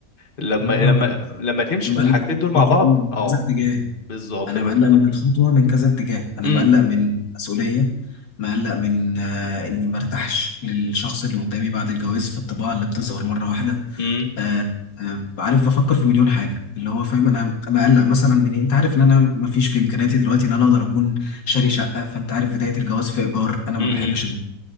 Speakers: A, on the left (about 35°); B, on the left (about 85°).
A: لما
B: انا فاهمك
A: لما لما تمشي
B: انا مقلق
A: في الحاجتين
B: من الخطوه
A: دول مع بعض
B: من
A: اه
B: كذا اتجاه
A: بالظبط
B: انا
A: لما
B: مقلق مم. من الخطوه من كذا اتجاه انا
A: امم
B: مقلق من مسؤوليه مقلق من آه اني مرتاحش للشخص اللي قدامي بعد الجواز في الطباع اللي بتظهر مره واحده
A: امم،
B: آه آه عارف بفكر في مليون حاجه اللي هو فاهم انا مقلق مثلا من إيه؟ انت عارف ان انا مفيش في امكانياتي دلوقتي ان انا اقدر اكون شاري شقه فانت عارف بدايه الجواز في ايجار انا ما
A: امم.
B: بحبش